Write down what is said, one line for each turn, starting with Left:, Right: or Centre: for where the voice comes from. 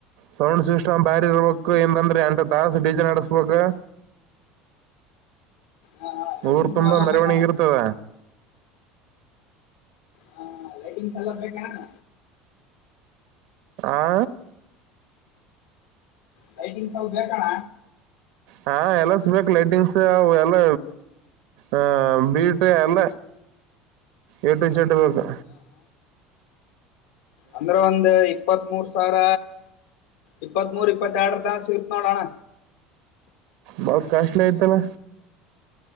Right: ಸೌಂಡ್ ಸಿಸ್ಟಮ್ ಬಾರಿ ಇರ್ಬೇಕು ಏಂದ್ರೆ ಎಂಟ ತಾಸ ಡಿಜೆ ನಡೆಸ ಗ
Left: ಹ ಲೈಟಿಂಗ್ಸ್
Right: ಊರ್ ತುಂಬಾ
Left: ಎಲ್ಲ
Right: ಮೆರವಣಿಗೆ
Left: ಬೇಕಣ
Right: ಇರ್ತದ
Left: ಹಾ ಲೈಟಿಂಗ್ಸ್ ಎಲ್ಲ ಬೇಕಾ ಏನ
Right: ಆ
Left: ಲೈಟಿಂಗ್ ಅವೆ ಬೇಕಣ್ಣ
Right: ಹಾ ಎಲ್ಲ ಸಿಗ್ಬೇಕು ಲೈಟಿಂಗ್ಸ್ ಎಲ್ಲ ಅ ಬೀಟು ಎಲ್ಲ ಎ ಟು ಜೆಡ್ ಎಲ್ಲಾ
Left: ಅಂದ್ರೆ ಒಂದ್ ಇಪ್ಪತ್ ಮೂರು ಸಾವಿರ ಇಪ್ಪತ್ತ್ ಮೂರ್ ಇಪ್ಪತ್ತ ಎರಡರ ತಸ ಸಿಗತ್ ನೋಡೋಣ
Right: ಬಾಳ ಕಾಸ್ಟ್ಲಿ ಆಯಿತಲ್ಲ